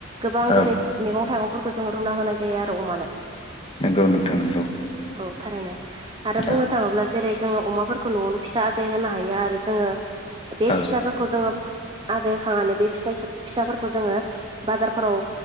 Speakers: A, on the right; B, on the left.
A: गोबां
B: औ
A: जेरै मेगं थाइगं जों रुना होनाय जायो आरो अमानो
B: नंगौ नोंथां नंगौ
A: औ थारैनो आरो बुंनो
B: औ
A: थाङोब्ला जेरै जोङो अमाफोरखौ न'वावनो फिसा आजाय होनो हायो आरो जोङो बे
B: औ
A: फिसाफोरखौ जोङो आजाय होखांनानै बे फिसा फिसाफोरखौ जोङो बाजारफोराव